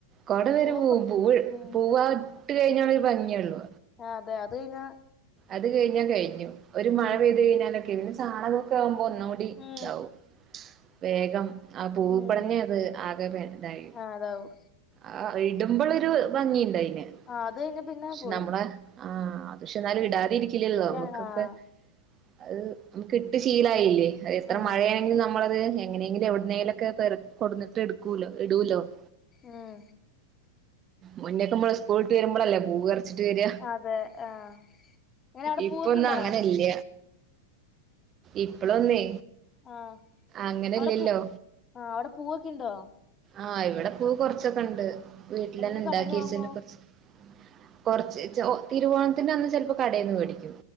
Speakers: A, on the right (about 30°); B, on the left (about 25°).
A: കൊട വരെ
B: പൂവൊക്കെ
A: പോവും പൂവ്
B: ഉം
A: പൂവാ ട്ട് കഴഞ്ഞാണ് ഒരു ഭംഗിയൊള്ളൂ
B: ആഹ് അതെ അത് കഴിഞ്ഞാ
A: അത് കഴിഞ്ഞാ കഴിഞ്ഞു ഒരു
B: ഉം
A: മഴ പെയ്ത് കഴിഞ്ഞാലൊക്കെ ഇന്ന് ചാണകോക്കെ ആവുമ്പോ ഒന്നുകൂടി
B: ഉം
A: ഇതാവും വേഗം ആ പൂപ്പെടന്നെ
B: ഉം
A: അത് ആകെ പെൻ ഇതായി
B: ആഹ് അതാവും
A: ആഹ് ഇടുമ്പളൊര് ഭംങ്ങീണ്ട് അയ്ന്
B: ആഹ് അത് കഴിഞ്ഞ പിന്നെ
A: പക്ഷെ
B: പോയി
A: നമ്മള് ആഹ് അത് പക്ഷെ എന്തായാലും ഇടാതിരിക്കില്ലല്ലോ നമുക്കൊക്കെ
B: ആഹ്
A: അത് നമുക്ക് ഇട്ട് ശീലായില്ലേ അത്‌ എത്ര
B: ഉം
A: മഴയാണെങ്കിലും നമ്മളത് എങ്ങനെങ്കിലും എവി ന്നേലൊക്കെ പെറു‌ക്കി കൊണ്ടന്നിട്ട് എടുക്കൂല ഇടൂല ഉം
B: ഉം
A: മുന്നേക്കമ്മള് സ്കൂളുവിട്ട് വരുമ്പളല്ലേ പൂവ് പറി റിച്ചിട്ട് വരാ
B: അതെ ആഹ് എങ്ങനെ അവിടെ
A: ഇപ്പൊന്നും
B: പൂവൊക്കെ ഇണ്ടോ
A: അങ്ങനല്ല ഇപ്പളൊന്നേ
B: ആഹ്
A: അങ്ങനെല്ലല്ലോ
B: അവിടെ പൂ ആഹ് അവിടെ പൂവൊ‌ക്കിണ്ടോ
A: ആഹ് ഇവിടെ പൂ കൊറച്ചൊക്ക എണ്ട് വീട്ടിലന്നെ
B: അല്ലെങ്കി
A: ഇണ്ടാക്കിവെച്ചിരുന്ന
B: കടേന്ന് വാങ്ങോ
A: കൊറച്ച് കൊറച്ചീച്ചോ ഓഹ് തിരുവോണത്തിന്റെ അന്ന് ചിലപ്പോ കടേന്ന് മേടിക്കും